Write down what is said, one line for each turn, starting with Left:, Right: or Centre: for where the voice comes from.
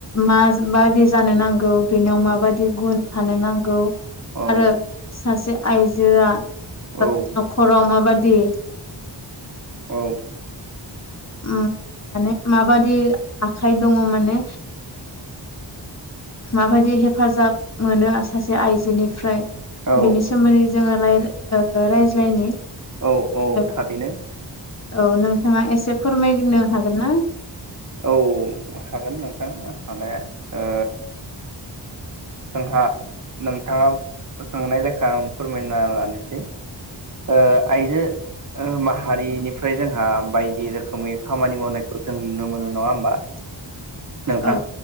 Left: माज बायदि जानो नांगौ बेनियाव माबायदि गुन आरो
Right: औ
Left: सासे आइजोआ ओ
Right: औ
Left: न'खराव माबाय बादि
Right: औ
Left: माने माबादि आखाइ दङ माने माबायदि हेफाजाब मोनो सासे आइजोनिफ्राय
Right: औ
Left: बेनि सोमोन्दै जोङो राय ओ रायज्लायनि-
Right: औ औ
Left: ओ
Right: थारैनो
Left: औ नोंथाङा एसे फोरमायनो हागोन ना?
Right: औ हागोन नोंथां हानाया ओ जोंहा नोंथाङा सोंनाय लेखा आं फोरमायना लानोसै ओ आयनो माहारिनिफ्राय जोंहा बायदि रोखोमै खामानि मावनायखौ जों नुनो मोनो नङा होमबा।
Left: <inaudible>
Right: नोंथां
Left: औ